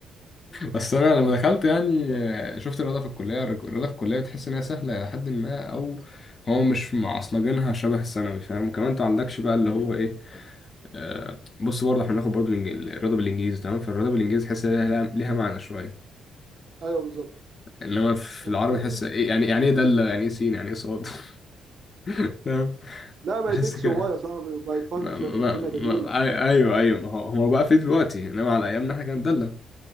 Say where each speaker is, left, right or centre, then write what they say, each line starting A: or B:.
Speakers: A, on the right; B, on the left.
A: مم.
B: بس انا لما دخلت يعني آه، شفت الرياضه في الكليه الرياضه في الكليه تحس ان هي سهله الى حد ما او هو مش معصلجينها شبه الثانوي فاهم كمان انت عندكش بقى اللي هو ايه آه بص برضه احنا بناخد برضه الإنج- الرياضه بالانجليزي تمام فالرياضه بالانجليزي تحس إن ليها ليها معنى شويه
A: ايوه بالظبط
B: انما في
A: وكمان
B: العربي تحس ايه يعني يعني ايه دالة يعني ايه سين يعني ايه صاد <laughs> فاهم
A: لا بقت
B: تحس
A: اكس
B: كده
A: وواي يا صاحبي بقت فانكشن
B: ما ما
A: والدنيا
B: ما
A: جميله
B: أي- ايوه ايوه ما هو هو بقى في دلوقتي انما على ايامنا احنا كان دالة